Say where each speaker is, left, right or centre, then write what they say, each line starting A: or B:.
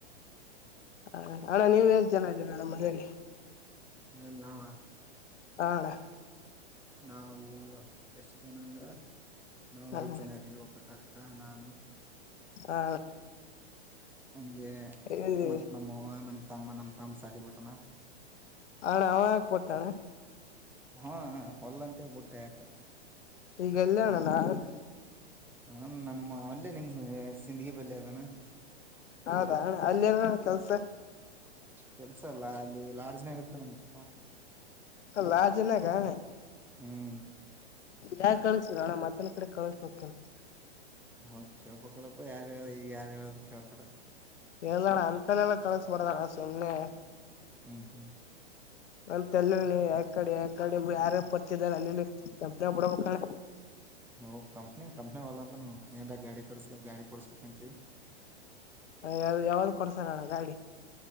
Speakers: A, on the left; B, in the centre.
A: ಹ ಅಣ್ಣ ನೀವು ಎನ್ ಚೆನ್ನ ಇದೀರ ಅಣ್ಣ ಮನೆಯಲ್ಲಿ
B: ಅಲ್ಲವ
A: ಹಾ ಅಣ್ಣ
B: ನಾವು ಎಷ್ಟು ಜನ ಅಂದ್ರ ನಾವವು
A: ಹಾ
B: ಐದ್
A: ಹಾ
B: ಜನ ಇದೀವಿ ಹೋಗ್ಬೇಕ ಆತ ಕಾನಾನು
A: ಹಾ
B: ಹಂಗೆ
A: ಅಣ್ಣ
B: ಮತ್ತ್ ನಮ್ಮವ ನಮ್ ತಮ್ಮ ನಮ್ ತಮ್ಮ ಸಾಲಿ ಬಿಟ್ಟಣ
A: ಹಾಳ ಅವಾಕ್ ಕೊತಾಳೆ
B: ಹಾ ಹೊಲ್ಂತವಿ ಬುಟ್ಟೆ ಯಾಕ
A: ಈಗಲ್ಲಯಣ ನಾಾವಣ
B: ಹಾ ನಮ್ಮ ಅಲ್ಲೇ ನಿಮ್ ಸಿಿಂದಗ ಬಲ್ಿ ಅದಾನ
A: ಹೌದಾ ಹಣ ಅಲ್ಲಿನಣ ಕೆಲ್ಸ
B: ಕೆಲ್ಸ ಅಲ್ಲಾ ಅಲ್ಲಿ ಲಾರ್ಜ್ನಾಗ ಇರ್ತಾನಂತಪ್ಪ
A: ಅಲ್ಲಜಿನಾಗಣೆ
B: ಹ್ಮ್
A: ಯಾ ಕಳಸಿಲ್ಲ ನಣ ಮತ್ತೊನ ಕಡೆ ಕಳ್ಸೋಕಲ್ಲ
B: ನಾ ಕೇಳ್ಪಲ್ಲಪ್ಪ ಯಾರು ಹೇಳ ಈಗ ಯಾರು ಹೇಳದ ಕೇಳ್ತಾರ
A: ಕೇ್ದಣ ಅಂತನೆೆಲ್ಲ ಕಳಸಬಡ್ದಣ ಸುಮ್ನೆ
B: ಹ್ಮ್ ಹ್ಮ್
A: ಮಂತ ಎಲ್ಲ ನೀ ಯ ಕಡೆ ಯ ಕಡೆ ಯಾರ ಪರ್ತಿದ್ದಾರೆ ಅಲ್ಲಿ ಕಂಪ್ನ ಬಿಡಬೇಕಣ
B: ನ ಕಂಪ್ನಿ ಕಂಪ್ನಿ ವಲ್ಲ ಅಂತ ನ್ಾಗ ಗಾಡಿ ಕಡಸ್ ಗಾಡಿ ಕೊಡಸ್ಬೇಕಂತೀ
A: ಯಾವ ಯಾವ್ದು ಕೊರ್ಸರೋಣ್ಣ ಗಾಡಿ